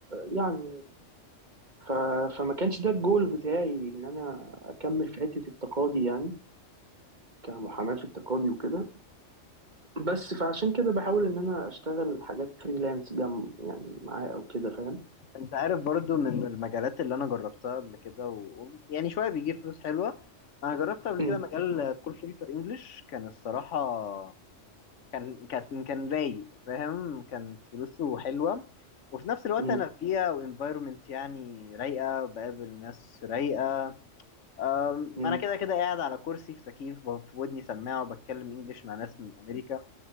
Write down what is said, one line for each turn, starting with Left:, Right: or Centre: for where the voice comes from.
Right: يعني ف... فما كانش ده الجول بتاعي ان انا اكمل في حتة التقاضي يعني كمحاماة في التقاضي وكده بس فعشان كده بحاول ان انا اشتغل حاجات فريلانس جنب يعني معاه او كده فاهم
Left: انت عارف برضو من المجالات اللي انا جربتها قبل كده و... و- يعني شوية بيجيب فلوس حلوة انا جربت قبل
Right: مم.
Left: كده مجال كول سنتر انجلش كان الصراحة كان كان كان رايق فاهم كانت فلوسه حلوة وفي نفس الوقت
Right: مم.
Left: انا في بيئة وانفايرومنت يعني رايقة بقابل ناس رايقة أم،
Right: مم.
Left: انا كده كده قاعد على كرسي في تكييف وفي ودني سماعة وبتكلم انجلش مع ناس من امريكا